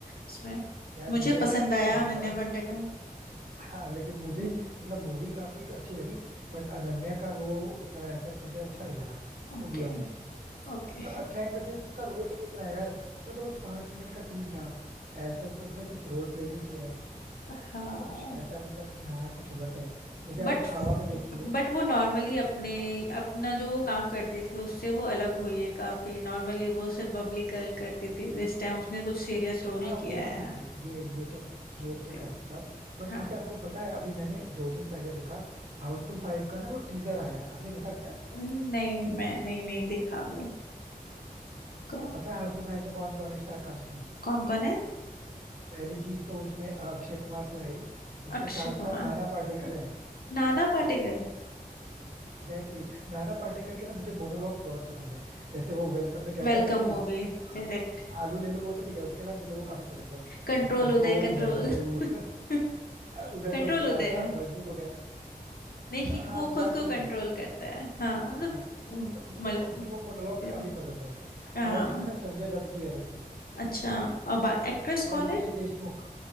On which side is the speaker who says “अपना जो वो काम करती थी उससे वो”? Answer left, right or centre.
Left